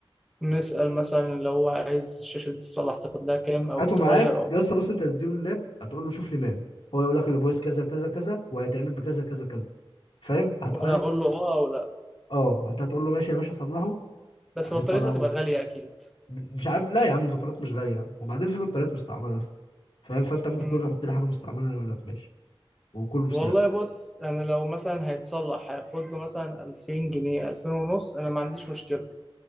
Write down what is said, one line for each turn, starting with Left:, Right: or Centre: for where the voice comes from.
Centre: نسأل مثلا لو هو عايز الشاشة دي تتصلح تاخد لها كام أو
Left: هاته
Centre: تتغير
Left: معاك
Centre: أو
Left: يا اسطى بص انت هتديله اللاب هتقول له شوف لي ماله هو يقول لك اللي بويس كذا كذا كذا وهيتعمل بكذا كذا كذا فاهم هت...
Centre: وأنا أقول له أه أو لأ
Left: اه وانت هتقول له ماشي يا باشا صلحه
Centre: بس
Left: هيصلحه
Centre: بطاريتها هتبقى
Left: لي.
Centre: غالية أكيد
Left: مش عارف لا يا عم البطاريات مش غاليه يا عم. وبعدين في بطاريات مستعمله يا اسطى فاهم فانت ممكن
Centre: مم.
Left: تقول له حط لي حاجه مستعمله يقول لك ماشي وكله بسعر
Centre: والله بص أنا لو مثلا هيتصلح هياخد له مثلا ألفين جنيه ألفين ونص أنا ما عنديش مشكلة